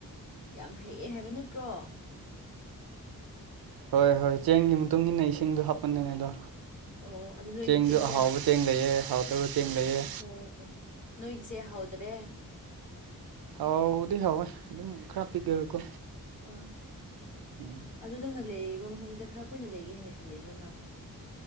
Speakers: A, on the left; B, on the right.
A: ꯌꯥꯝ ꯍꯩꯌꯦ ꯍꯥꯏꯕ ꯅꯠꯇ꯭ꯔꯣ
B: ꯍꯣꯏ ꯍꯣꯏ ꯆꯦꯡꯒꯤ ꯃꯇꯨꯡ ꯏꯟꯅ ꯏꯁꯤꯡꯗꯣ ꯍꯥꯞꯄꯅꯤꯅꯦ ꯑꯗꯣ
A: ꯑꯣ ꯑꯗꯨ ꯅꯣꯏꯒꯤ
B: ꯆꯦꯡꯗꯣ
A: ꯆꯦꯡꯁꯦ
B: ꯑꯍꯥꯎꯕ
A: ꯍꯥ
B: ꯆꯦꯡ ꯂꯩꯌꯦ ꯍꯥꯎꯇꯕ ꯆꯦꯡ ꯂꯩꯌꯦ
A: ꯍꯣꯏ ꯅꯣꯏꯒꯤꯁꯦ ꯍꯥꯎꯗꯔꯦ
B: ꯍꯥꯎꯕꯗꯤ ꯍꯥꯎꯋꯦ ꯑꯗꯨꯝ ꯈꯔ ꯄꯤꯛꯑꯒꯀꯣ
A: ꯑꯥ
B: ꯎꯝ
A: ꯑꯗꯨ ꯅꯪꯅ ꯂꯩꯔꯤꯕ ꯃꯐꯝꯗꯨꯗ ꯈꯔ ꯀꯨꯏꯅ ꯂꯩꯒꯦ ꯍꯥꯏꯅ ꯈꯜꯂꯤꯕ꯭ꯔꯣ ꯅꯪ